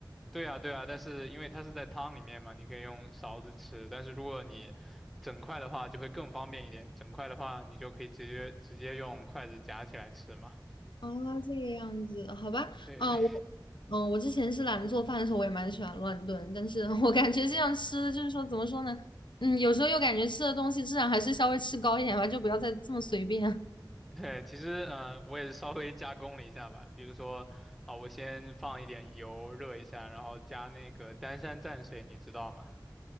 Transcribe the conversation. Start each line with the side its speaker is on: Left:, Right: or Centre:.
Centre: 对啊，对啊，但是因为它是在汤里面嘛，你可以用勺子吃，但是如果你整块的话就会更方便一点，整块的话你就可以直接直接用筷子夹起来吃嘛。
Left: 啊，这个样子，好吧，
Centre: 对，
Left: 嗯，我嗯，我之前是懒得做饭的时候，我也蛮喜欢乱炖，但是 <laughs> 我感觉这样吃的就是说怎么说呢？嗯，有时候又感觉吃的东西质量还是稍微吃高一点吧，就不要再这么随便。
Centre: <laughs> 对，其实呃，我也是稍微加工了一下吧，比如说啊、我先放一点油热一下，然后加那个丹山蘸水，你知道吗？